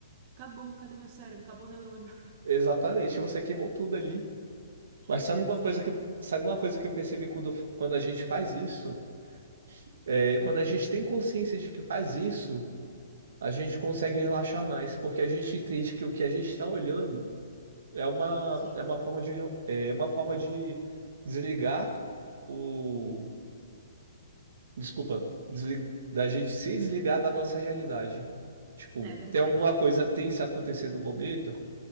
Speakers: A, on the right (about 40°); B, on the right (about 65°).
A: acabou, cadê meu cérebro? Acabou o neurônio.
B: Exatamente, você queimou tudo ali.
A: <laughs>
B: Mas sabe
A: Exato.
B: uma coisa que sabe uma coisa que eu percebi quando, quando a gente faz isso? É, quando
A: Hum,
B: a gente tem consciência de que faz isso, a gente consegue relaxar mais, porque a gente entende que o que a gente está olhando É uma,
A: sim,
B: é uma forma de, é uma forma de desligar o, desculpa, desli- da gente se desligar da nossa realidade. Tipo,
A: é verdade.
B: tem alguma coisa tensa acontecendo no momento,